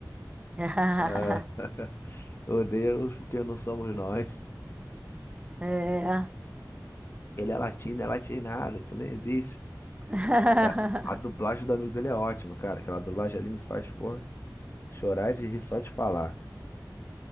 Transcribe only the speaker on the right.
<laughs>
É.
<laughs>